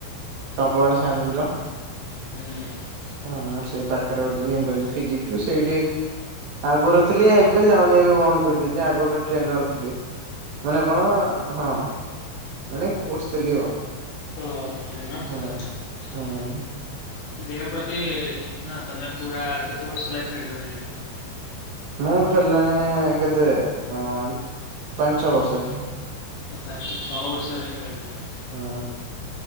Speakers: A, on the right; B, on the left.
A: ଟଙ୍କ ପାଣି ସାଇ ମନ୍ଦିର।
B: ହୁଁ।
A: ହଁ ସେଇ ପାଖରେ ଗୋଟେ ଜିମ ଟେ ଅଛି ଫିିଜିକ ତ ସେଇଠି ଆଗରୁ ଥିଲି ଏବେ ଯାଉନି ଏବେ ବନ୍ଦ କରିଦେଇଛି ଆଗରୁ ଟ୍ରେନର ଥିଲି। ମାନେ କଣ-ଅ-ଅ ହଁ ମାନେ କୋସ ଥିଲି ଆଉ।
B: ଓ ହୋ ଟ୍ରେନର୍
A: ହୁଁ।
B: ଥିଲ ତାହେଲେ।
A: ହୁଁ
B: ଦେହ ପ୍ରତି ଠିକ ନା ତମେ ପୁରା କେତେ ବର୍ଷ ହେଲାଇ ଖେଳିଲଣି ଯାଇକି।
A: ମୁଁ ଖେଲିଲିନି କେତେ ଅ ପାଞ୍ଚ ଛଅ ବର୍ଷ ହେଲା।
B: ହ ପାଞ୍ଚ ଛଅ ବର୍ଷ ହେଲା ଖେଲିଲଣି।
A: ହ,